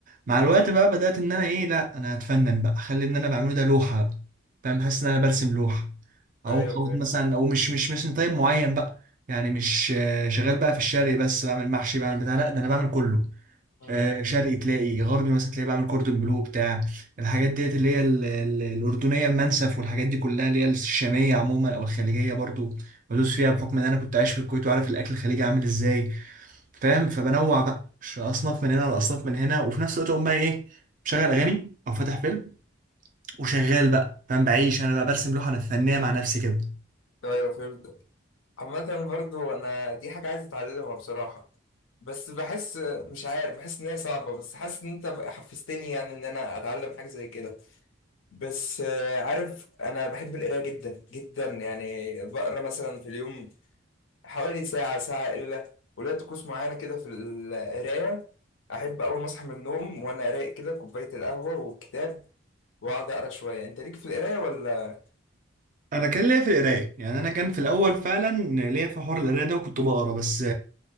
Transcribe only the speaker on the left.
مم.
أيوه
فهمت
مم.
مم.
أيوه فهمت عامة برضو أنا دي حاجة عايز أتعلمها بصراحة بس بحس مش عارف بحس إن هي صعبة بس حاسس إن أنت بقى حفزتني يعني إن أنا أتعلم حاجة زي كده بس آه، عارف أنا بحب القراية جدا جدا يعني بقرا مثلا في اليوم حوالي ساعة ساعة إلا وليا طقوس معينة كده في القراية أحب أول ما أصحى من النوم وأنا رايق كده كوباية القهوة والكتاب وأقعد أقرا شوية أنت ليك في القراية ولا؟